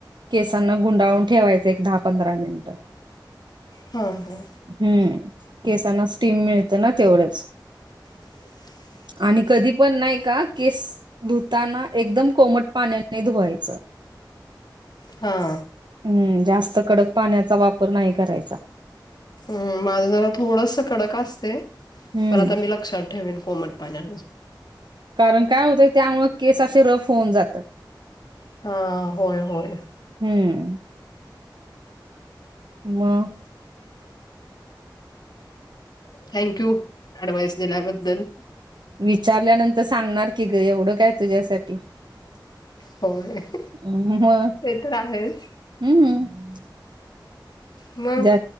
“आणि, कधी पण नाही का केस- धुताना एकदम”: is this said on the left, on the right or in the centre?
Right